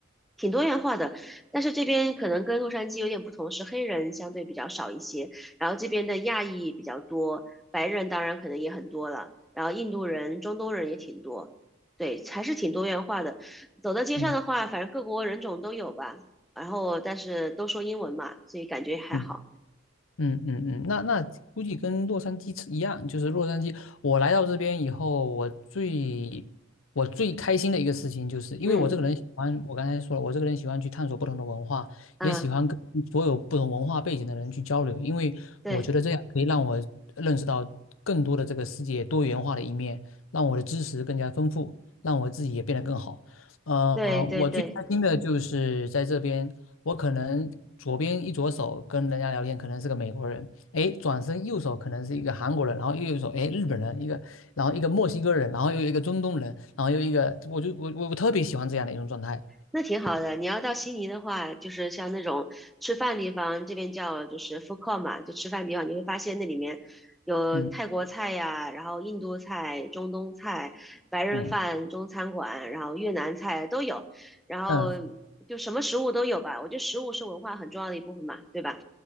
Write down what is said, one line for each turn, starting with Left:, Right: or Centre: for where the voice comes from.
Centre: 挺多元化的，但是这边可能跟洛杉矶有点不同，是黑人相对比较少一些，然后这边的亚裔比较多，白人当然可能也很多了，然后印度人、中东人也挺多，对，还是挺多元化的。走到街上的话，
Left: 嗯，
Centre: 反正各国人种都有吧，然后但是都说英文嘛，所以感觉还好。
Left: 嗯嗯嗯嗯，那那估计跟洛杉矶一样，就是洛杉矶。我来到这边以后，我最我最开心的一个事情，就是因为我这个人喜欢，
Centre: 嗯
Left: 我刚才说了，我这个人喜欢去探索不同的文化，
Centre: 嗯，
Left: 也喜欢跟所有不同文化背景的人去交流，因为我觉得这样可以让我认识到更多的这个世界多元化的一面，
Centre: 对
Left: 让我的知识更加丰富，让我自己也变得更好。呃，
Centre: 对对对。
Left: 我最开心的就是在这边。我可能左边一左手跟人家聊天，可能是个美国人，哎，转身右手可能是一个韩国人，然后右手哎日本人一个，然后一个墨西哥人，然后又一个中东人，然后又一个，我就我我我特别喜欢这样的一种状态，
Centre: 那挺好的。你要到悉尼的话，就是像那种吃饭地方，这边叫就是 food court 嘛，就吃饭地方，你会发现那里面有泰国菜呀，
Left: 嗯
Centre: 然后印度菜、中东菜、白人饭、
Left: 嗯
Centre: 中餐馆，然后越南菜都有，然后
Left: 嗯，
Centre: 就什么食物都有吧。我觉得食物是文化很重要的一部分嘛，对吧？